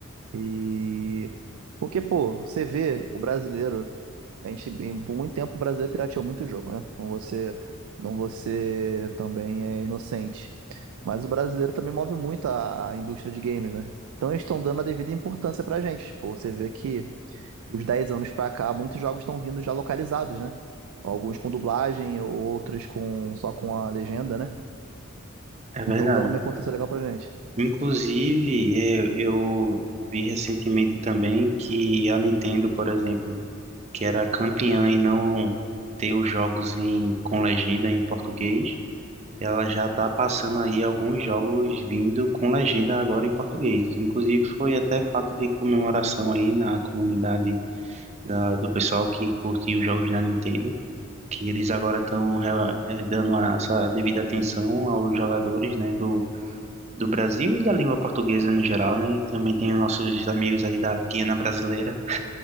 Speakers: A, on the right (about 85°); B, on the right (about 30°).
A: E porque, pô, você vê o brasileiro, a gente em- por muito tempo o brasileiro pirateou muito jogo, né? Não você, não você também é inocente. Mas o brasileiro também move muito a, a indústria de games, né? Então eles estão dando a devida importância pra gente. Pô, você vê que de uns 10 anos pra cá, muitos jogos estão vindo já localizados, né? Alguns com dublagem, outros com só com a legenda, né?
B: é verdade.
A: Então dando uma importância legal pra gente.
B: Inclusive eu, eu vi recentemente também que a Nintendo, por exemplo que era campeã em não ter os jogos em, com legenda em português. Ela já está passando aí alguns jogos vindo com legenda agora em português. Inclusive foi até fato de comemoração aí na comunidade da, do pessoal que curte os jogos da Nintendo, que eles agora estão dando a- essa devida atenção aos jogadores, né, do, do Brasil e da língua portuguesa no geral, né? Também tem os nossos amigos aí da Guiana Brasileira.